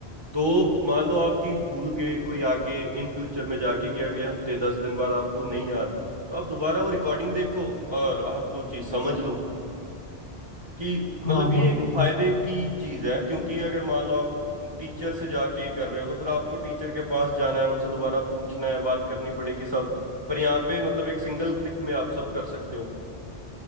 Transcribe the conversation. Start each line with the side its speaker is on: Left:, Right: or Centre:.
Right: तो मान लो आप चीज भूल गए कोई आगे इन फ्यूचर में जाके कि अगले हफ्ते दस दिन बाद आपको नहीं याद तो आप दोबारा वो रिकॉर्डिंग देखो और आपको चीज समझ लो कि
Left: हाँ
Right: मतलब ये
Left: सही
Right: एक फायदे
Left: बात
Right: की चीज है क्योंकि अगर मान लो आप टीचर से जाके कर रहे हो तो फिर आपको टीचर के पास जाना है उनसे दोबारा पूछना है बात करनी पड़ेगी सब पर यहाँ पे मतलब एक सिंगल क्लिक में आप सब कर सकते हो